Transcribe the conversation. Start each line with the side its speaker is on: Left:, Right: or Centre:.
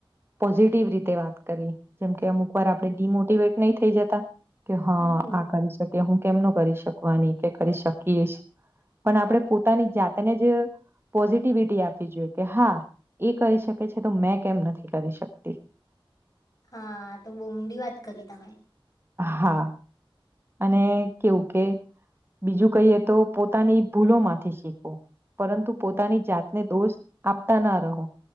Right: પોઝિટિવ રીતે વાત કરીએ જેમ કે અમુક વાર આપણે ડીમોટીવેટ નહી થઈ જતા કે હા
Left: હમમ,
Right: આ કરી શકે કે હું કેમ ન કરી શકવાની કે કરી શકીશ પણ આપણે પોત પોતાની જાતને જ પોઝિટિવિટી આપવી જોઈએ કે હા એ કરી શકે છે તો મેં કેમ નથી કરી શકતી
Left: હા તો બહુ ઊંડી વાત કરી તમે
Right: હા અને કેવું કે બીજું કહીએ તો પોતાની ભૂલો માંથી શીખો પરંતુ પોતાની જાતને દોષ આપતા ના રહો